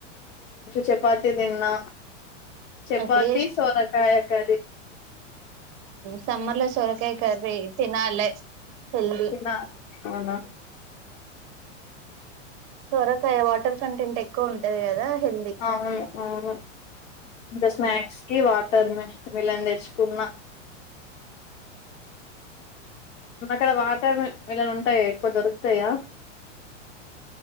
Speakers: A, on the left (about 75°); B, on the right (about 35°).
A: చపాతీ తిన్నా చపాతి
B: ఎప్పుడు
A: సోరకాయ కర్రి
B: సమ్మర్ల సోరకాయ కర్రీ తినాలే హెల్తీ
A: తిన అవునా
B: సొరకాయ వాటర్ కంటెంట్ ఎక్కువ ఉంటది కదా హెల్దీ
A: అవును అవును ఇంకా స్నాక్స్ కి వాటర్ మిలన్ తెచ్చుకున్న అక్కడ వాటర్ మిలన్ ఉంటయా ఎక్కువ దొరుకుతయా